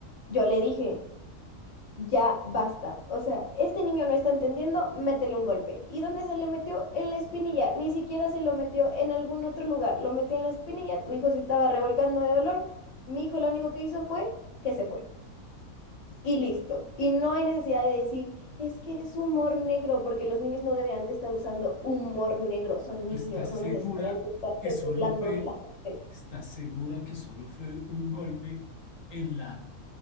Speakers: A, on the left; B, on the left.
A: Yo le dije, ya basta. O sea, este niño no está entendiendo, métele un golpe. ¿Y dónde se le metió? En la espinilla. Ni siquiera se lo metió en algún otro lugar. Lo metió en la espinilla, tu hijo se estaba revolcando de dolor. Mi hijo lo único que hizo fue que se fue. Y listo. Y no hay necesidad de decir, es que es humor negro, porque los niños no deberían de estar usando humor negro, son
B: ¿Tú
A: niños,
B: estás segura
A: no necesitarían de estarse
B: que solo
A: burlando
B: fue,
A: de la gente.
B: estás segura que solo fue un golpe en la